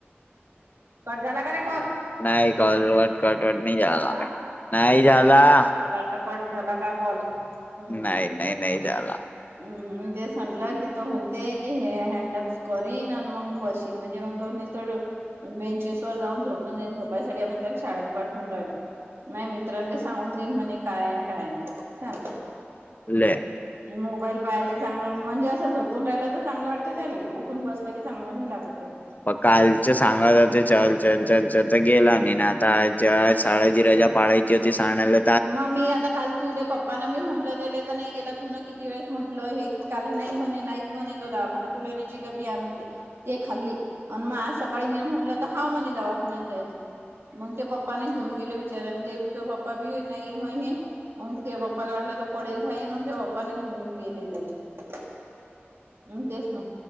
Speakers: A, on the right; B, on the left.
A: कट झाला का रे कॉल?
B: नाही कलवट कटवट नाही झाला
A: हा
B: का नाही झाला <unintelligible>
A: मला वाटलं कट झाला का कॉल. हम्म
B: नाही नाही नाही जाला.
A: हम्म मी ते म्हटल की तो म्हणते की हे हॅडअप्स करीन आणि मग बसीन. म्हणजे मग तो बेंचेस वर जाऊन झोपून येईन. झोपायसाठी आपण त्याला शाळेत पाठवून राहिलो. माहे मित्रांले सांगून देईन म्हणे, काय आहे आणि काय नाही. सांग
B: ले
A: मोबाईल पाहिले चांगल म्हणजे अस झोपून राहिला तर चांगल वाटत त्याले. उठून बसल की चांगल नाही लागत त्याले.
B: मग कालच सांगात होते चल चल चल तर गेला नाही. आता आज शाळाची रजा पाळायची होती शण्याला.
A: म मी आता काल तू ले पप्प पना मी म्हटल त्याले तर नाही गेला तुन किती वेळेस म्हटल हे काल नाही म्हणे नाही. म्हण येतो दवाखान्यात. तुने जिलेबी आणून दे. ते खाल्ली. आणि मग आज सकाळी मी म्हटल ता हाव म्हणे दवाखान्यात जायच. मग ते पप्पांना घेऊन गेले विचाराने ते बी तुझे पप्पा बी नाही म हे म तुझ्या पप्पाला वाटल तो पडेल राहील मग तुझे पप्पा पप्पांना घेऊन गेले त्याले. तेच ना.